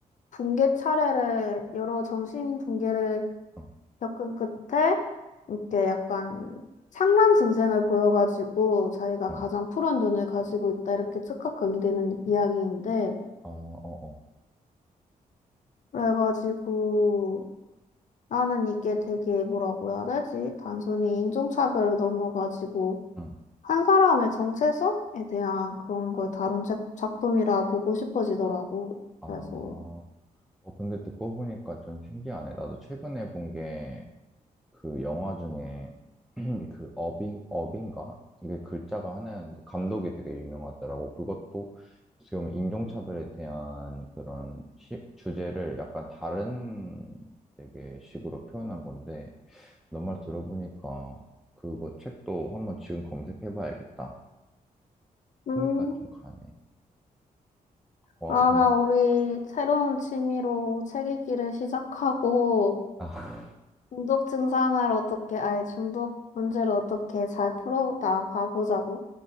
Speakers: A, on the left; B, in the centre.
A: 붕괴 차례를, 여러 정신 붕괴를
B: 어,
A: 겪은 끝에 이렇게 약간 상란 증세를 보여가지고 자기가
B: 어,
A: 가장 푸른 눈을 가지고 있다 이렇게 착각하게 되는 이야기인데
B: 아, 어, 어,
A: 그래가지고 나는 이게 되게 뭐라고 해야 되지? 단순히 인종차별을 넘어가지고
B: 응,
A: 한 사람의 정체성에 대한 그런 걸 다룬 작- 작품이라 보고 싶어지더라고.
B: 아.
A: 그래서
B: 어, 근데 듣고 보니까 좀 신기하네. 나도 최근에 본게 그 영화 중에 <clears throat> 그 어빙 어빙가 이게 글자가 하나였는데 감독이 되게 유명하더라고. 그것도 어떻게 보면 인종차별에 대한 그런 시- 주제를 약간 다른 되게 식으로 표현한 건데 너 말 들어보니까 그거 책도 한번 지금 검색해봐야겠다.
A: 음,
B: 흥미가 좀 가네. 고,
A: 아마
B: 고마워.
A: 우리 새로운 취미로 책 읽기를 시작하고
B: 아, <laughs>
A: 중독 증상을 어떻게, 아니 중독 문제를 어떻게 잘 풀어 나가 보자고.